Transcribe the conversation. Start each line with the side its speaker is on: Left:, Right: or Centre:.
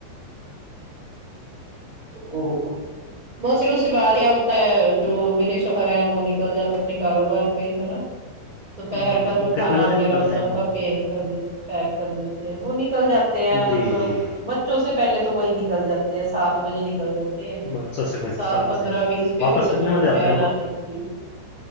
Right: تو وہ بہت سارے اس سے بد کاریاں ہوتا ہے جو میرے شوہر ہیں وہ نکل جاتے اپنے کاروبار پہ ہے نا دوپہر
Left: ہاں
Right: کا
Left: وہ
Right: جو کھانا
Left: کتنے بجے
Right: وغیرہ
Left: نکلتے
Right: ہوتا
Left: ہیں وہ
Right: ہے کا پیک کر دیتے پیک کر دیتے ہیں وہ نکل جاتے ہیں
Left: جی
Right: مطلب
Left: جی
Right: بچوں سے پہلے تو وہی نکل جاتے ہیں سات بجے نکل جاتے
Left: بچوں سے پہلے
Right: سات پندرہ
Left: بجے
Right: بیس پہ
Left: واپس
Right: پھر
Left: کتنے
Right: بچوں
Left: بجے
Right: کی
Left: آتے
Right: بن
Left: ہیں وہ
Right: آنی ہوتی ہے